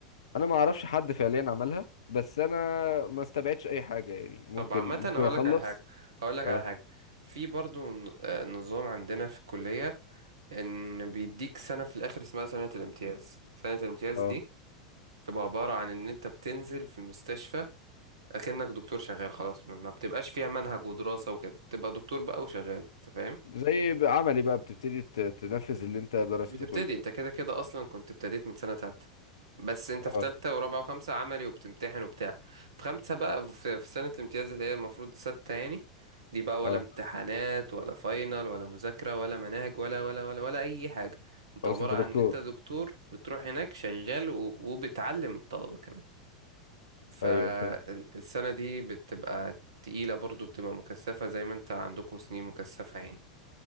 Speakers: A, on the left; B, on the right.
A: انا ما اعرفش حد فعليا عملها بس انا ما استبعدش اي حاجه يعني ممكن
B: طب عامة
A: ممكن
B: هقول
A: اخلص
B: لك على حاجة هقول لك
A: اه
B: على حاجة في برضو ن- آه، نظام عندنا في الكلية ان بيديك سنة في الاخر اسمها سنة الامتياز سنة الامتياز
A: اه
B: دي تبقى عبارة عن ان انت بتنزل في المستشفى اكنك دكتور شغال خلاص ما ما بتبقاش فيها منهج ودراسة وكده بتبقى دكتور بقى وشغال انت فاهم
A: زي بقى عملي بقى بتبتدي ت- تنفذ اللي انت درسته
B: مش بتبتدي
A: كله
B: انت كده كده اصلا كنت ابتديت من سنة تالتة بس انت
A: اه
B: في تالتة ورابعة وخمسة عملي وبتمتحن وبتاع في خمسة بقى في, في سنة الامتياز اللي هي المفروض ستة يعني دي بقى ولا
A: اه
B: امتحانات ولا فاينل ولا مذاكرة ولا مناهج ولا ولا ولا ولا أي حاجة
A: خلاص
B: انت عبارة
A: انت
B: عن
A: دكتور
B: ان انت دكتور بتروح هناك شغال و- وبتعلم الطلبة كمان فالسنة
A: ايوه فهمت
B: دي بتبقى تقيلة برضو بتبقى مكثفة زي ما انت عندكم سنين مكثفة يعني